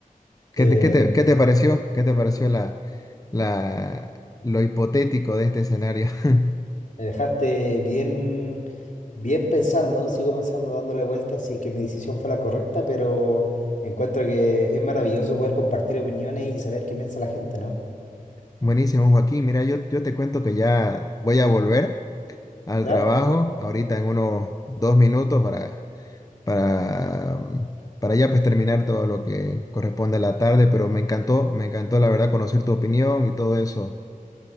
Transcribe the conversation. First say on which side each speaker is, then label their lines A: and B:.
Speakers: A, on the left; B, on the left.
A: ¿Qué
B: Eh,
A: te, qué te- qué te pareció? ¿Qué te pareció la, la, lo hipotético de este escenario? <laughs>
B: me dejaste bien, bien pensando, sigo pensando, dándole vueltas, si es que mi decisión fue la correcta, pero encuentro que es maravilloso poder compartir opiniones y saber qué piensa la gente, ¿no?
A: Buenísimo, Joaquín. Mira, yo, yo te cuento que ya voy a volver al
B: ¿Ya?
A: trabajo ahorita en unos dos minutos para para, para ya pues terminar todo lo que corresponde a la tarde, pero me encantó, me encantó la verdad conocer tu opinión y todo eso.